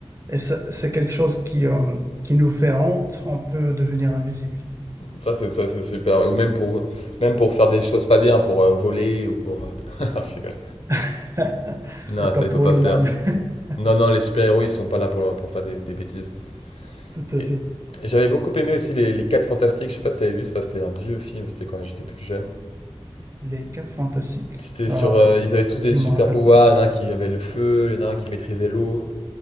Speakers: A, on the right (about 30°); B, on the left (about 75°).
A: Et ça- c'est quelque chose qui, euh, qui nous fait honte, on peut devenir invisible.
B: Ça, c'est ça, c'est super. Ou même pour, même pour faire des choses pas bien, pour euh, voler ou pour. euh, <laughs> je rigole.
A: <laughs>
B: Non,
A: Mais pas
B: ça, il
A: pour
B: faut pas
A: le
B: faire.
A: mal. <laughs>
B: Non, non, les super-héros, ils sont pas là pour, pour faire des, des bêtises.
A: Tout à
B: Et,
A: fait.
B: et j'avais beaucoup aimé aussi les, les 4 Fantastiques. Je sais pas si t'avais vu ça, c'était un vieux film, c'était quand j'étais plus jeune.
A: Les quatre fantastiques.
B: C'était sur.
A: Euh,
B: euh, ils avaient tous des
A: je
B: super
A: ne me rappelle
B: pouvoirs.
A: pas.
B: Il y en a un qui avait le feu, il y en a un qui maîtrisait l'eau,